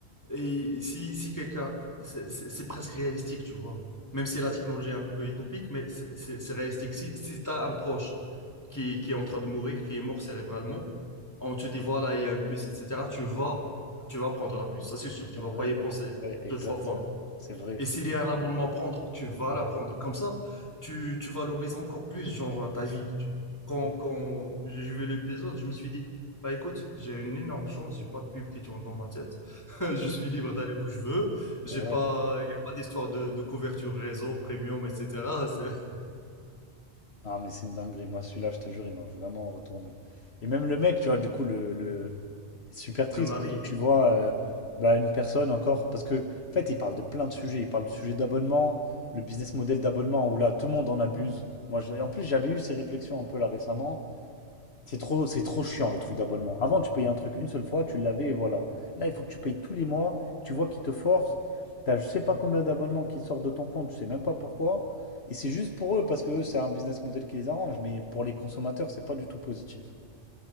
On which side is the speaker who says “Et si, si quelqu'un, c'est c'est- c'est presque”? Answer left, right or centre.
Left